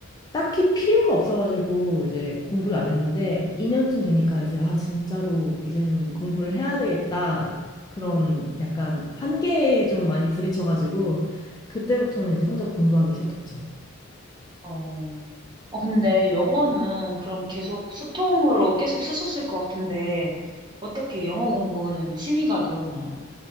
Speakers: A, on the left; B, on the right.
A: 딱히 필요가 없어가지고 이제 공부를 안 했는데 2년쯤 되니까 이제 아 진짜로 이제는 공부를 해야 되겠다 그런 약간 한계에 좀 많이 부딪혀가지고 그때부터는 이제 혼자 공부하기 시작했죠.
B: 어, 어, 근데 영어는 그럼 계속 소통으로 계속 쓰셨을 것 같은데, 어떻게 영어 공부는 취미가 되었나요?